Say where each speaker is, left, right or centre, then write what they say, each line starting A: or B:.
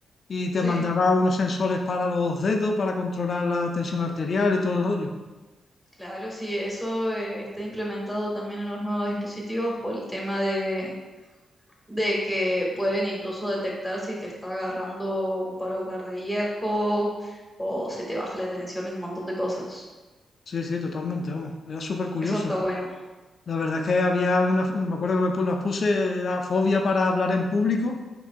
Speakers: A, on the left (about 55°); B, in the centre.
A: y te
B: Sí,
A: mandaba unos sensores para los dedos para controlar la tensión arterial y todo el rollo.
B: claro, sí, eso eh, está implementado también en los nuevos dispositivos por el tema de, de que pueden incluso detectar si te está agarrando un paro cardíaco o se te baja la tensión en un montón de cosas.
A: Sí, sí, totalmente, vamos. Era súper curioso.
B: Eso está bueno.
A: La verdad es que había una, me acuerdo que me pu- las puse la fobia para hablar en público